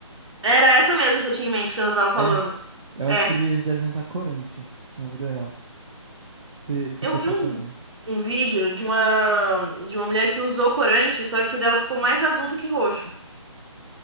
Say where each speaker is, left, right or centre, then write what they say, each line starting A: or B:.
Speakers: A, on the right (about 60°); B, on the right (about 85°).
A: Era essa mesmo que eu tinha em mente quando eu tava falando.
B: É. Eu acho
A: É,
B: que eles devem usar corante na vida real, se, se
A: eu
B: for
A: vi
B: pra
A: um,
B: fazer.
A: um vídeo de uma de uma mulher que usou corante, só que o dela ficou mais azul do que roxo.